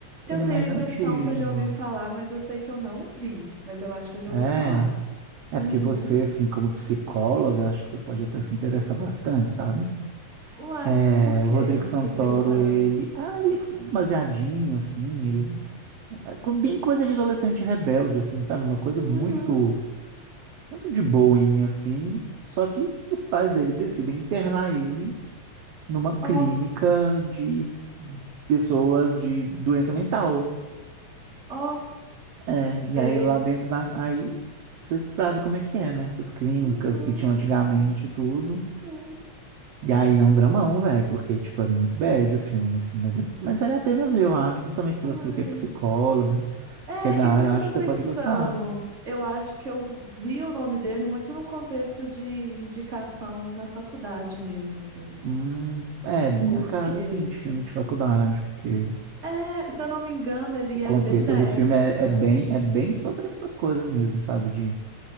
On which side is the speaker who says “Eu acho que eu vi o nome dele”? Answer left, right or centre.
Right